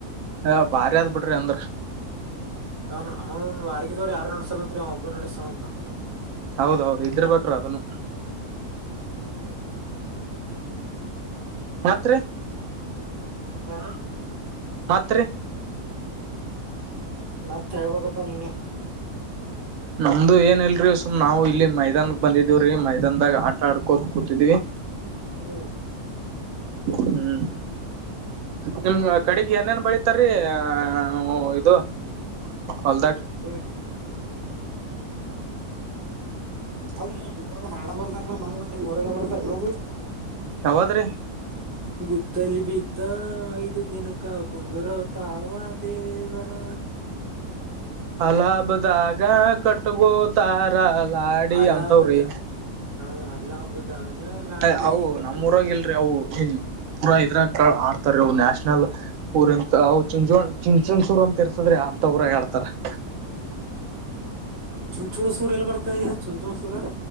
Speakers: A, on the right (about 70°); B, on the right (about 15°).
A: ಏ ಬಾರಿ ಆದ್ ಬುಡ್ರಿ ಅಂದ್ರ
B: ಅವನ್ ಅವ್ನ್ ವಾರಗಿದವ್ರು ಯಾರ ನಡಸಲಂತ್ರಿ ಅವ್ ಒಬ್ಬ ನಡಸ್ಸಾತನ ಅಂತ
A: ಹೌದೌದು ಇದ್ರಿಬೇಕ್ರಿ ಅದನು ಮತ್ರಿ
B: ಹ್
A: ಮತ್ರಿ
B: ಮತ್ತ್ ಹೇಳ್ಬೇಕಪ್ಪಾ ನೀನೆ
A: ನಮ್ದು ಏನ್ಲಿರೀ ಸುಮ್ ನಾವು ಇಲ್ಲಿ ಮೈದಾನಕ್ ಬಂದಿದೀವ್ರೀ ಮೈದಾನದಾಗ ಆಟ ಆಡ್ಕೋತ ಕೂತಿದ್ವಿ
B: ಹ್ಮ
A: ಹ್ಮ್ ನಿಮ್ ಕಡಿಗಿ ಏನೇನ್ ಬೆಳಿತಾರೀ ಆ ಇದು ಹೊಲ್ದಾಗ
B: ಇದು ಅದು ಹಾಡ್ ಬರ್ದಾರಲ್ಲಾ ಮನಿ ನಿಮ್ಮ ಊರಗೆ ಬರದಾರೇನದು
A: ಎವದ್ರಿ
B: <inaudible> ಗುದ್ದಲಿ ಬಿದ್ದ ಐದು ದಿನಕ್ಕ ಕುಂದರ ತಾವ ದೇವರ್
A: ಅಲ್ಲೈ ಹಬ್ಬದಾಗ ಕಟ್ಗೋತಾರ ಲಾಡಿ
B: ಅಲಾಬದ
A: ಅಂತವ್ರಿ
B: ಹಾ ಅಲಾಬದಾಗ ಲಾಡಿ
A: ಏ ಅವು
B: ಕಟ್ಟು
A: ನಮ್ಮ ಊರಾಗಿಲ್ರಿ ಅವು ನಿ ಪೂರ ಇದ್ರಾಗ ಕ ಆಡ್ತಾರ್ ನ್ಯಾಷನಲ್ ಊರಿಂತವು ಚಿಂಚೋಣ್ ಚಿಂಚ್ಸೂರ್ ಅಂತ ಇರ್ತದ್ರಿ ಅಂತ ಊರಗ ಹಾಡ್ತರ್ <inaudible>
B: ಚುಂಚುಣಸೂರ ಎಲ್ಲ ಬರ್ತವಿಗ ಚುಂಚುಣಸೂರ